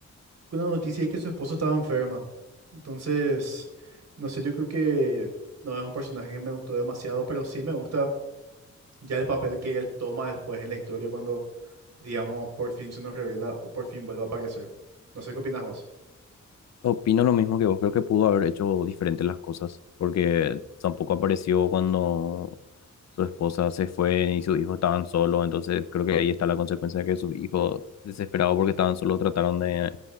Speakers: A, on the right; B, on the left.
A: con la noticia de que su esposo estaba enferma. Entonces, no sé, yo creo que no es un personaje que me gustó demasiado, pero sí me gusta ya el papel que él toma después en la historia cuando, digamos, por fin se nos revela o por fin vuelve a aparecer. No sé qué opinas vos.
B: Opino lo mismo que vos, creo que pudo haber hecho diferentes las cosas, porque tampoco apareció cuando su esposa se fue y sus hijos estaban solos, entonces creo que ahí está la consecuencia de que sus hijos, desesperados porque estaban solos, trataron de